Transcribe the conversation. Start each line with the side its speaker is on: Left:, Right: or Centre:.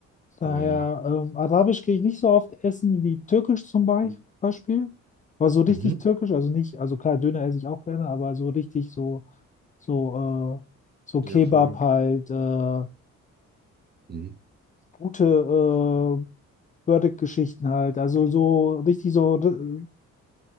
Left: Daher
Right: Oh ja.
Left: ähm, Arabisch gehe ich nicht so oft essen wie Türkisch zum Bei-
Right: Hm.
Left: Beispiel. Aber so richtig
Right: Mhm.
Left: Türkisch, also nicht, also klar, Döner esse ich auch gerne, aber so richtig so, so, äh, so
Right: Ja,
Left: Kebab
Right: voll.
Left: halt, äh, äh,
Right: Mhm.
Left: gute äh, Burdick-Geschichten halt. Also so richtig so, äh,